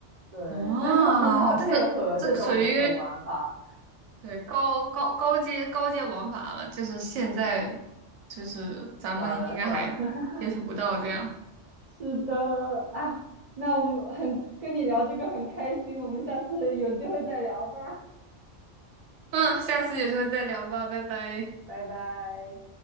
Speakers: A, on the right (about 45°); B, on the right (about 80°).
A: 对，
B: 哦，
A: 但就很考配合这种这种玩法。
B: 但是这个属于对高高高阶高阶玩法了，就是现在就是咱们应该还接触不到这样。
A: 算了算了，<laughs> 是的，哎呀，那我们很跟你聊这个很开心，我们下次有机会再聊吧，
B: 嗯，下次有机会再聊吧，拜拜。
A: 拜拜。